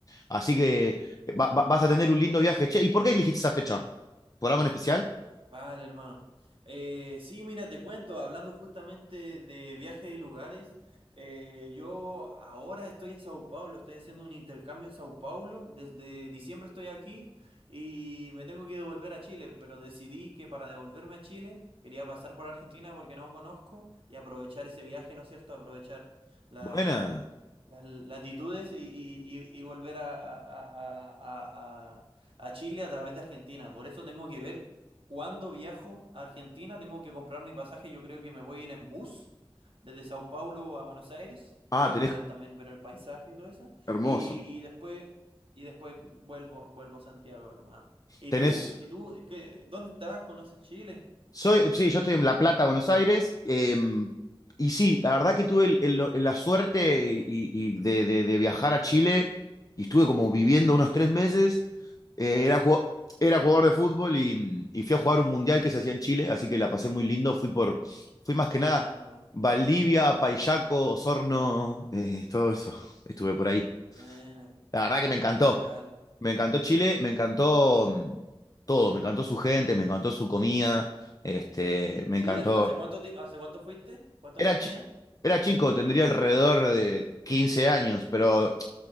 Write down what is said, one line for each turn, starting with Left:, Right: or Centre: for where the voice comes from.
Left: así que va- va- vas a tener un lindo viaje. Che, ¿y por qué elegiste esa fecha? ¿Por algo en especial?
Right: Vale, hermano. Eh, sí, mira, te cuento, hablando justamente de viajes y lugares, eh, yo ahora estoy en Sao Paulo, estoy haciendo un intercambio en Sao Paulo, desde diciembre estoy aquí y me tengo que devolver a Chile, pero decidí que para devolverme a Chile quería pasar por Argentina porque no conozco y aprovechar ese viaje, ¿no es cierto? Aprovechar la-
Left: Buena.
Right: las latitudes y, y- y- y volver a, a a- a- a- a- a Chile a través de Argentina. Por eso tengo que ver cuando viajo a Argentina tengo que comprar mi pasaje. Yo creo que me voy a ir en bus desde Sao Paulo a Buenos Aires
Left: Ah,
Right: para
Left: tenés
Right: poder también ver el paisaje y todo eso.
Left: hermoso.
Right: Y, y después, y después vuelvo, vuelvo a Santiago, hermano. ¿Y
Left: Tenés.
Right: tú? ¿Y tú? ¿Qué- dónde estás? ¿Conoces Chile?
Left: Soy, sí, yo estoy en La Plata, Buenos Aires. em, y sí, la verdad que tuve el- el- la suerte y- y de, de- de viajar a Chile y estuve como viviendo unos tres meses. Eh, era, jugo- era jugador de fútbol y, y fui a jugar un mundial que se hacía en Chile, así que la pasé muy lindo. Fui por, fui
Right: Buena,
Left: más que nada
Right: hermano.
Left: Valdivia, Payaco, Osorno, eh, todo eso. Estuve por ahí.
Right: Buena,
Left: La verdad que me encantó.
Right: qué legal.
Left: Me encantó Chile, me encantó mm, todo, me encantó su gente, me encantó su comida, este, me
Right: Sí,
Left: encantó.
Right: ¿hace cuánto, ti- hace cuánto fuiste? ¿Cuántos
Left: Era,
Right: años
Left: chi-
Right: tenías?
Left: era chico, tendría alrededor de 15 años, pero